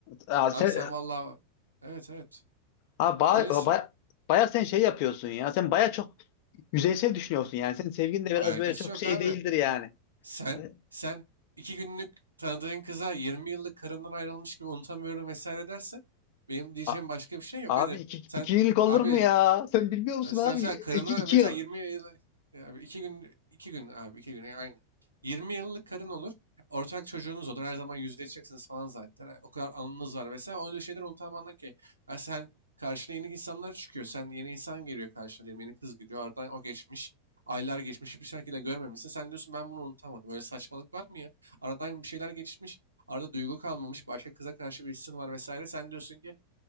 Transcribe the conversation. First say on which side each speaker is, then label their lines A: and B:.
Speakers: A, on the left; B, on the right.
A: Aa, sen,
B: Abi sen vallahi evet evet
A: ha, ba,
B: öylesin.
A: ba, baya sen şey yapıyorsun ya sen baya çok yüzeysel düşünüyorsun yani. Senin sevgin de biraz
B: Alakası
A: böyle çok
B: yok
A: şey
B: abi.
A: değildir yani.
B: Sen
A: Hani,
B: sen iki günlük tanıdığın kıza 20 yıllık karından ayrılmış gibi unutamıyorum vesaire dersen benim diyeceğim
A: a-
B: başka bir şey yok.
A: abi
B: Hadi
A: iki,
B: sen
A: iki yıllık olur
B: abi
A: mu ya? Sen bilmiyor musun
B: Yani sen
A: abi?
B: mesela karını
A: İki, iki
B: mesela
A: yıl.
B: 20 yıl, yani iki gün iki gün abi iki gün yani aynı. 20 yıllık karın olur. Ortak çocuğunuz olur. Her zaman yüzleşeceksiniz falan zaten. Yani o kadar anınız var vesaire. Öyle şeyler unutamam ki. Yani sen karşına yeni insanlar çıkıyor. Sen yeni insan geliyor karşına diyelim. Yeni kız geliyor. Aradan o geçmiş. Aylar geçmiş. Hiçbir şekilde görmemişsin. Sen diyorsun ben bunu unutamadım. Böyle saçmalık var mı ya? Aradan bir şeyler geçmiş. Arada duygu kalmamış. Başka kıza karşı bir hissin var vesaire. Sen diyorsun ki